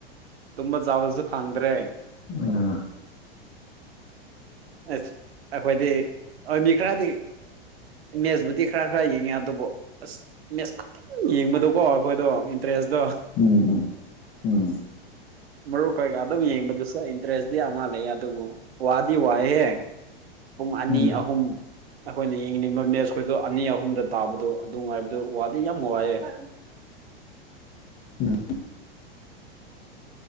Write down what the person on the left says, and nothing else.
ꯎꯝ
ꯎꯝ ꯎꯝ ꯎꯝ
ꯎꯝ
ꯎꯝ